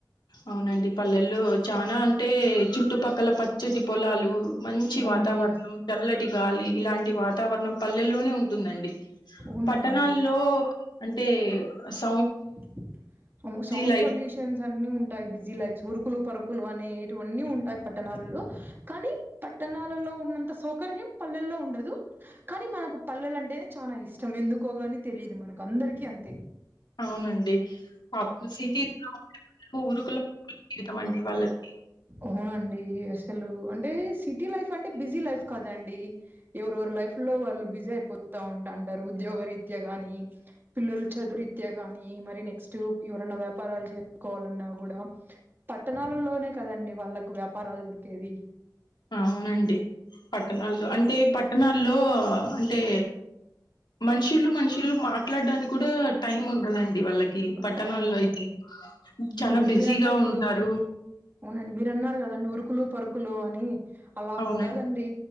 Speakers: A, on the left; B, on the right.
A: అవునండి పల్లెల్లో చానా అంటే, చుట్టుపక్కల పచ్చటి పొలాలు మంచి
B: అవునండి
A: వాతావరణం, తెల్లటి గాలి ఇలాంటి వాతావరణం పల్లెల్లోనే ఉంటుందండి.
B: అవునండి
A: పట్టణాల్లో అంటే, ఆస్క్
B: <unintelligible> సౌండ్
A: లైఫ్
B: పొల్యూషన్స్ అన్ని ఉం ఉంటాయి బిజీ లైప్స్ ఉరుకులు పరుకులు అనేటివి అన్నీ ఉంటాయి పట్టణలో కానీ పట్టణాలు పట్టణాల్లో ఉన్న ఉన్నంత సౌకర్యం పల్లెల్లో ఉండదు కానీ మనకు పల్లెలు అంటేనే చాలా ఇష్టం ఎందుకు ఎక్కగాని తెలియదు మనకు అందరికీ అంతే
A: అవునండి పప్పు చీటి ఊరుకులో <inaudible> జీవితం అండి వాళ్లది
B: అవునండి అసలు అంటే సిటీ లైఫ్ అంటే బిజీ లైఫ్ కదండి ఎవరెవరో లైఫ్ లో వాళ్ళు బిజీ అయిపోతా ఉంటుంటారు ఉద్యోగ రీతి త్యా గాని పిల్లలు చదువు రీత్యా గాని మరి నెక్స్ట్ ఎవరన్నా వ్యాపారాలు చేసుకోవాలన్నా ఆ గూడ పట్టణాలలోనే కదండి వాళ్ళకు వ్యాపారాలు దొరికేది
A: అవునండి పట్టణాల్లో అంటే పట్టణాల్లో అంటే మనుషులు మనుషులు మాట్లాడడానికి కూడా టైం ఉండదండి వాళ్ళకి పట్టణాల్లో
B: టౌన్ ఉండదండి
A: అయితే చానా
B: అవునండి
A: బిజీగా
B: మీరు అన్నట్లు
A: ఉంటారు
B: అవునండి మీరు అన్నారు కదాండి ఉరుకులు పరుకు కులు అని అలా
A: అవునండి
B: ఉంటదండి